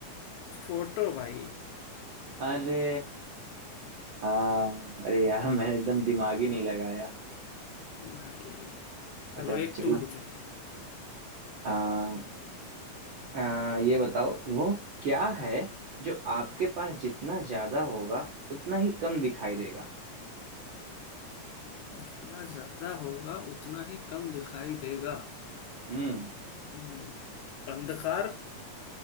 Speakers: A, on the left; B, on the right.
A: फोटो भाई
B: अरे हाँ अरे यार मैंने एकदम दिमाग ही नहीं लगाया
A: भाई चलो
B: अच्छा
A: एक
B: चलो
A: तुम पूछो
B: हाँ अ, ये बताओ वो क्या है जो आपके पास जितना ज्यादा होगा उतना ही कम दिखाई देगा
A: जितना ज्यादा होगा उतना ही कम दिखाई देगा
B: हम्म
A: हम्म, अंधकार